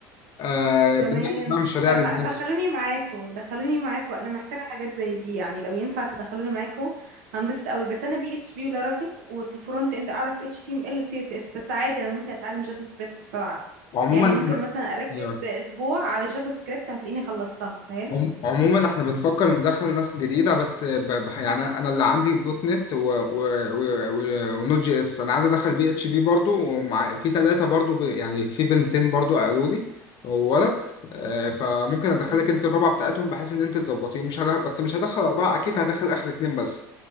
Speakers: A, on the left; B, on the right.
A: آه،
B: تمام
A: بنعمل بقى مشاريع
B: طب
A: للناس
B: ما دخلوني معاكو دخلوني معاكو انا محتاجه حاجات زي دي يعني لو ينفع تدخلوني معاكو هنبسط قوي بس انا بي اتش بي ولارافيل وفي الفرونت اند اعرف اتش تي ام ال وسي اس اس بس عادي انا ممكن اتعلم جافا سكريبت بسرعه
A: وعموما
B: يعني ممكن مثلا اركز
A: أيوة.
B: اسبوع على جافا سكريبت هتلاقيني خلصتها فاهم
A: عم- عموما احنا بنفكر ندخل ناس جديدة بس ب... بح- يعني انا اللي عندي دوت نت و... و... و... و... ونوت جي اس انا عايز ادخل بي اتش بي برضو ومع في ثلاثة برضو ب... يعني في بنتين برضو قالوا لي وولد آه، فممكن ادخلك
B: مم.
A: انت الرابعة بتاعتهم بحيث ان انت تظبطيهم مش هدخل... بس مش هدخل اربعة اكيد هدخل اخر اتنين بس